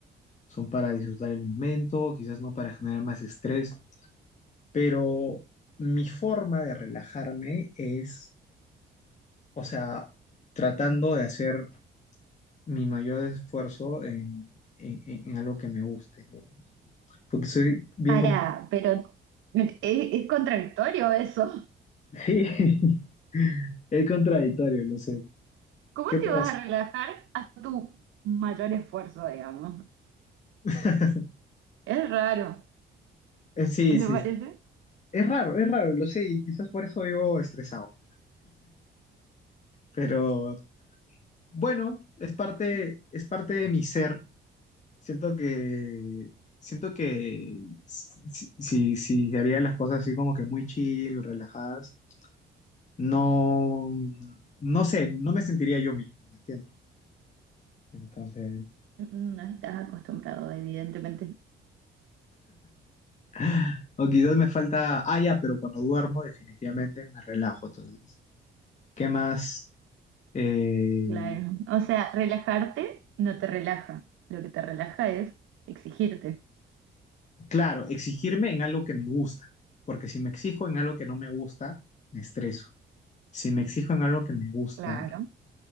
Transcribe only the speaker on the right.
Para,
pero es, es contradictorio eso.
<laughs> ¿Cómo
te vas
a relajar a tu mayor esfuerzo, digamos?
Es raro,
¿no
¿te parece?
Mm, No estás acostumbrado, evidentemente.
Claro. O sea, relajarte no te relaja. Lo que te relaja es exigirte.
claro